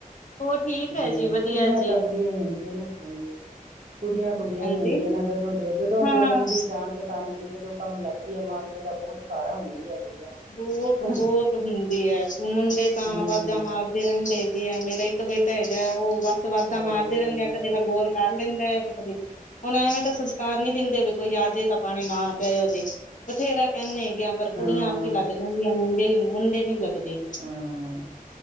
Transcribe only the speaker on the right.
ਹਮ
ਕੁੜੀਆਂ
ਤਾਂ ਕੁੜੀਆਂ ਹੀ ਹੁੰਦੀਆਂ ਨੇ ਹਾਂਜੀ ਕੁੜੀਆਂ ਕੁੜੀਆਂ
ਹੀ ਹੁੰਦੀਆਂ ਨਾ ਜਦੋਂ ਦੇ ਜਦੋਂ
ਜਨਮ ਦੀ ਜਾਣ ਕਿਸਾਨ ਹੁੰਦੀ ਹੈ ਜਦੋਂ ਕੰਮ ਲੱਗਦੀ ਆ ਮਾਂ ਪਿਓ ਦਾ ਬਹੁੱਤ ਸਾਰਾ ਹੁੰਦੀ ਹੈ ਕੁੜੀਆਂ
ਹਨਾ
ਹਾਂਜੀ
ਪਤਾ
ਬਹੁਤ
ਹੁੰਦਾ
ਹੈ
ਹਾਂ
ਹਾਂ